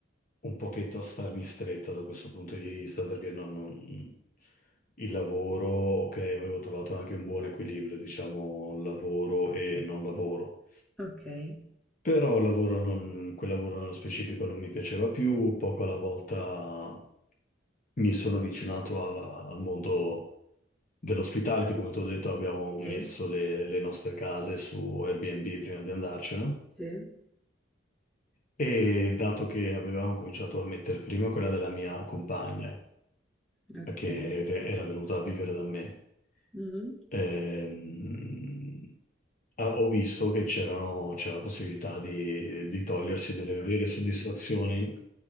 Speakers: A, on the left; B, in the centre.
A: un pochetto a starmi stretta da questo punto di vista, perché non, non- il lavoro, ok, avevo trovato anche un buon equilibrio, diciamo, lavoro e non lavoro.
B: okay,
A: Però il lavoro non- quel lavoro nello specifico non mi piaceva più, poco alla volta mi sono avvicinato alla- al mondo dell'ospitality, come ti ho detto abbiamo
B: sì,
A: messo le, le nostre case su Airbnb prima di andarcene
B: sì,
A: e dato che avevamo cominciato a mettere prima quella della mia compagna,
B: okay.
A: che ve- era venuta a vivere da me,
B: Mh-mh.
A: ehm, ah, ho visto che c'erano- c'era la possibilità di, di togliersi delle vere soddisfazioni.